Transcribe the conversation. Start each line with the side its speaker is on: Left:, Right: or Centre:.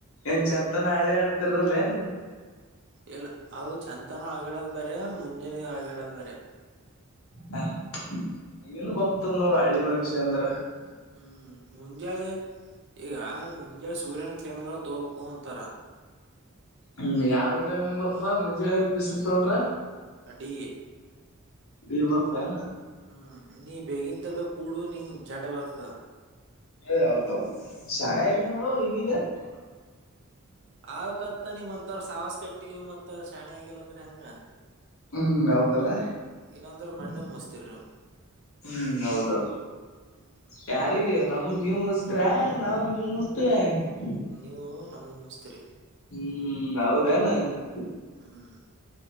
Left: ಏನ್ ಚೆಂತನ ಹಳೆ ಆಡ್ತಿರಲ್ಲ ನ್
Right: ಇಲ್ಲ ಅವ ಚಂತಾನ ಅಳಗೆ ಆಡೋದು ಮುಂಜಾನೆ ಅಳಗೆ ಆಡೋದ ಬೇರೆ. <unintelligible>
Left: ಹ ನಿನಗ ಓಪ್ತದ ನೋಡ ಹಳ್ಳಿ ಮನುಷ್ಯ ಅಂದ್ರ. <unintelligible>
Right: ಹೂ ಮುಂಜಾಳೆ? <unintelligible> ಈಗ ಮುಂಜಲೇ ಸೂರ್ಯನ ಕಿರಣಗಳು ತೋಗೋಬೇಕು ಅಂತಾರ? <unintelligible>
Left: ಹೂ ಯಾವ್ ವಿಟಾಮಿನ್ ಬರ್ತದ ಮುಂಜಾನೆ ಬಿಸಲ್ ತೊಗೊಂಡರ? <unintelligible>
Right: ಡಿ. <unintelligible>
Left: ಡಿ ಬರ್ತ್ ಏನ್? <unintelligible>
Right: ಹೂ ನೀ ಬೇಗಿನ್ಂತಗ ಕೂಡು ನಿಂಗ್ ಜಡ ಬರ್ತದ? <unintelligible>
Left: ಏ ಹೌದೂ ಶಾನೆ
Right: ಹ್ಮ್
Left: ಆಗಿದಿನೋಡ ಈಗೀಗ. <unintelligible>
Right: ಅವಕತ್ ನಿಮ್ಮ ಅಂತೂರ ಸಾವಾಸ ಕಟ್ಟಿವಿ ಮತ್ತ ಶಾಣಿ ಆಗಿಲ್ಲ ಅಂದ್ರ ಹೆಂಗ್? <unintelligible>
Left: ಹು ಹೌದಲ್ಲ?
Right: ಇಲ್ಲಾಂದ್ರ
Left: <unintelligible>
Right: ಮಣ್ಣಿಗ್ ಮುಸ್ತಿರ್ ನೀವು
Left: ಹೂ ಹೌದೌದು
Right: ಹ್ಮ್
Left: ಯಾರಿಗೆ ನಮ್ಮ <unintelligible> ಮುಂದ ನೀವ್ ಮುಸ್ತರಾ ನಾವು ನಿಮಗ್ ಮುಸ್ತತವೆ. <unintelligible>
Right: ನೀವು ನಮ್ಮಗ ಮುಸ್ತರಿ. <unintelligible>
Left: ಹೂ ಹೌದ ಏನ್? <unintelligible>
Right: ಹೂ <unintelligible>